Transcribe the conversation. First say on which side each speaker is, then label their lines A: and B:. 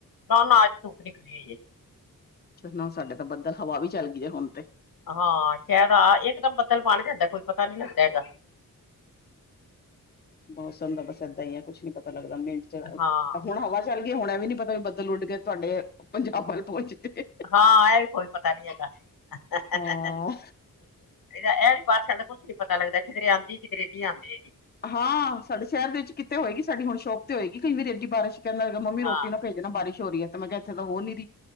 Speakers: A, on the left; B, on the left.
A: ਨਾ ਨਾ ਚ ਧੁੱਪ ਨਿਕਲੀਈ ਏ।
B: ਨਾ ਸਾਡੇ ਤਾਂ ਬੱਦਲ ਹਵਾ ਵੀ ਚੱਲ ਗਈ ਐ ਹੁਣ ਤੇ
A: ਹਾਂ ਸ਼ਾਇਦ ਆ ਇਹਦਮ ਬੱਦਲ ਬਣ ਜਾਂਦਾ ਕੋਈ ਪਤਾ ਨੀ ਲੱਗਦਾ ਹੈਗਾ।
B: ਮੌਸਮ ਦਾ ਬਸ ਇਏਦਾਂ ਈ ਆ ਕੁਛ ਨੀ ਪਤਾ ਲੱਗਦਾ ਮਿੰਟ ਚ
A: ਹਾਂ।
B: ਹੁਣ ਹਵਾ ਚੱਲ ਗਏ ਹੁਣ ਵੀ ਨੀ ਪਤਾ ਵੀ ਬੱਦਲ ਉੱਡ ਕੇ ਤੁਹਾਡੇ ਪੰਜਾਬ ਵੱਲ ਪਹੁੰਚ ਕੇ
A: ਹਾਂ ਇਹ ਵੀ ਕੋਈ ਪਤਾ ਨੀ ਹੈਗਾ ਹੇ ਹੈ
B: ਹਾਂ।
A: ਹੈ ਇਹਦਾ ਇਹ ਜ ਬਾਰਸ਼ਾਂ ਦਾ ਕੁਛ ਨੀ ਪਤਾ ਲੱਗਦਾ ਕਿਧਰੇ ਆਂਦੀ ਕਿਧਰੇ ਨਈ ਆਂਦੀ ਹੈਗੀ।
B: ਹਾਂ ਸਾਡੇ ਸ਼ਹਿਰ ਦੇ ਵਿੱਚ ਕਿਤੇ ਹੋਏਗੀ, ਸਾਡੀ ਹੁਣ ਸ਼ੋਪ ਤੇ ਹੋਏਗੀ ਕਈ ਵ ਰੇਡੀ ਬਾਰਿਸ਼ ਕਹਿੰਦਾ ਮੰਮੀ ਰੋਟੀ
A: ਹਾਂ,
B: ਨਾ ਭੇਜਣਾ ਬਾਰਿਸ਼ ਹੋ ਰਹੀ ਐ ਤੇ ਮੈਂ ਕਿਹਾ ਇੱਥੇ ਤਾਂ ਹੋ ਨੀ ਰਹੀ।